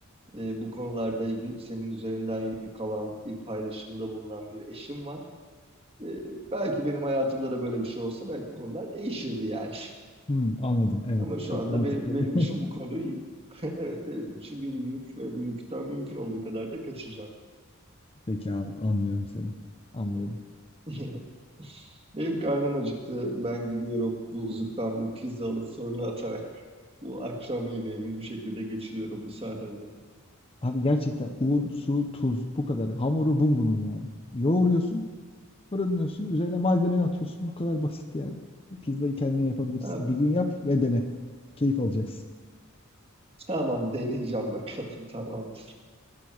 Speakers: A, on the right; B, on the left.
A: e, bu konularda yü- senin üzerinden yük alan bir paylaşımda bulunan bir eşim var. Ee, belki benim hayatımda da böyle bir şey olsa belki konular değişirdi yani.
B: Hmm, anladım.
A: <laughs>
B: Evet.
A: Ama şu
B: Çok
A: anda
B: mantıklı
A: benim, benim
B: bir.
A: için bu konu <laughs> evet benim için bir yük ve bu yükten mümkün olduğu kadar da kaçacağım.
B: <laughs> Peki abi anlıyorum seni. Anlıyorum.
A: <laughs> Benim karnım acıktı. Ben gidiyorum buzluktan bir pizza alıp fırına atarak bu akşam yemeğimi bu şekilde geçiriyorum müsaadenle.
B: Abi gerçekten un, su, tuz bu kadar. Hamuru bu bunun yani. Yoğuruyorsun, fırınlıyorsun, üzerine malzemeni atıyorsun. Bu kadar basit yani. Bir Pizzayı kendin yapabilirsin.
A: Abi,
B: Bir gün yap ve dene. Keyif alacaksın.
A: tamam deneyeceğim bakalım <laughs> tamam.